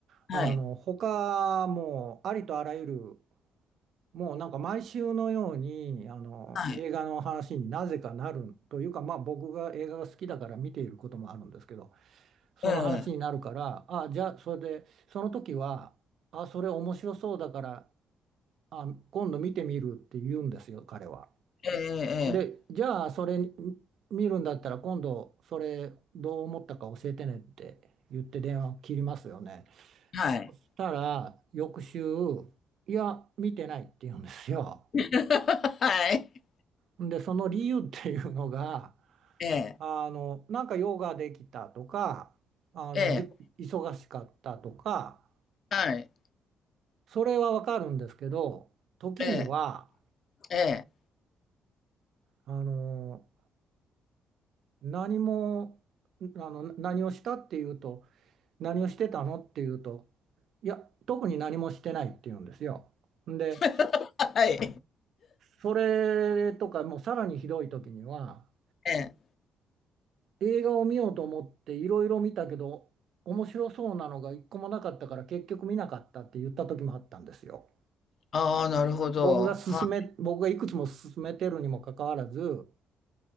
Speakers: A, on the left; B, on the right.
A: はい。
B: あの、他もうありとあらゆるもうなんか毎週のようにあの映画の話になぜかなるというか、
A: はい。
B: まあ、僕が映画が好きだから見ていることもあるんですけどその話になるからあじゃあそれでその時はあそれ面白そうだから
A: ええ、
B: あ今度見てみるって言うんですよ彼は。
A: ええ、ええ、
B: でじゃあそれ
A: ええ
B: 見るんだったら今度それどう思ったか教えてねって言って電話を切りますよね。
A: はい。
B: したら翌週いや見てないって言うんですよ。
A: <laughs> はい。
B: で、その理由っていうのが、
A: ええ、
B: あの、なんか用ができたとか、あの、
A: ええ、
B: じ、忙しかったとか、
A: はい。
B: それはわかるんですけど、時には、
A: ええ、ええ
B: あの、何も、あの、何をしたっていうと、何をしてたのっていうと、いや、特に何もしてないっていうんですよ。で、
A: <laughs> はい。
B: それとか、もうさらにひどい時には、
A: ええ。
B: 映画を見ようと思っていろいろ見たけど、面白そうなのが一個もなかったから結局見なかったって言った時もあったんですよ。
A: ああ、なるほど。
B: 僕が勧め、
A: はい。
B: 僕がいくつも勧めてるにもかかわらず、